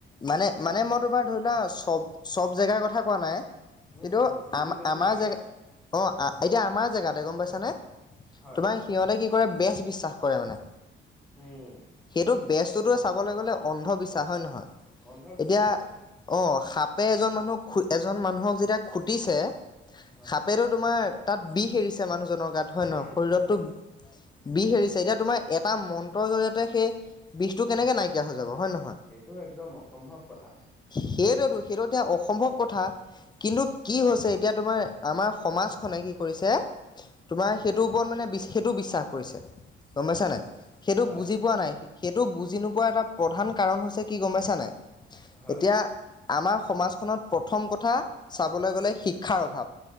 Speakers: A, on the left (about 20°); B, in the centre.
A: মানে মানে মই তোমাৰ ধৰি লোৱা চব চব জেগাৰ কথা কোৱা নাই,
B: উম
A: কিন্তু
B: উম কিছু
A: আম
B: কিছু
A: আমাৰ
B: জেগাত
A: জেগা অ', এতিয়া আমাৰ জেগাতে গম পাইছানে?
B: হয়
A: তোমাৰ সিহঁতে কি কৰে, বেচ বিশ্বাস কৰে মানে।
B: উম
A: সেইটো বেচটোটো চাবলৈ গ'লে, অন্ধবিশ্বাস হয় নে নহয়?
B: অন্ধবিশ্বাস,
A: এতিয়া
B: হয়।
A: অ', সাপে এজন মানুহক, এজন মানুহক যেতিয়া খুটিছে
B: হয়
A: সাপেটোত তোমাৰ তাত বিষ এৰিছে মানুহজনৰ গাত, হয়
B: বিষ
A: নে নহয়
B: এৰিছে
A: শৰীৰততো
B: হয়
A: বিষ এৰিছে, এতিয়া তোমাৰ এটা মন্ত্ৰৰ জৰিয়তে সেই বিষটো কেনেকে নাইকিয়া হৈ যাব হয় নে নহয়?
B: সেইটো একদম অসম্ভৱ কথা।
A: সেইটোতো সেইটো এতিয়া অসম্ভৱ কথা, কিন্তু কি
B: উম
A: হৈছে এতিয়া তোমাৰ আমাৰ সমাজখনে কি কৰিছে, তোমাৰ সেইটোৰ ওপৰত মানে, সেইটো বিশ্বাস কৰিছে। গম
B: উম
A: পাইছা
B: উম
A: নাই, সেইটো
B: হয়
A: বুজি পোৱা নাই। সেইটো বুজি নোপোৱা এটা প্ৰধান কাৰণ হৈছে কি গম পাইছা নাই,
B: হয়
A: এতিয়া আমাৰ সমাজখনত প্ৰথম কথা চাবলৈ গ'লে শিক্ষাৰ অভাৱ।